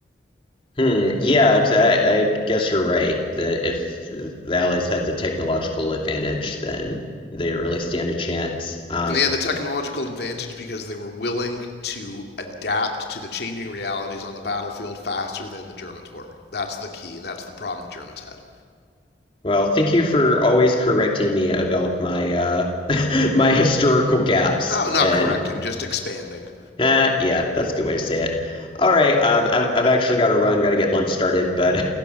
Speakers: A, on the left; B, on the left.
A: Hmm, yeah, I I guess you're right. That if the Allies had the technological advantage, then they didn't really stand a chance. Um,
B: And they had the technological advantage because they were willing to adapt to the changing realities on the battlefield faster than the Germans were. That's the key, and that's the problem the Germans had.
A: Well, thank you for always correcting me about my uh <laughs> my historical gaps.
B: Oh, not
A: And
B: correcting, just expanding.
A: eh, yeah, that's a good way to say it. All right, um, I've, I've actually got to run, got to get lunch started, but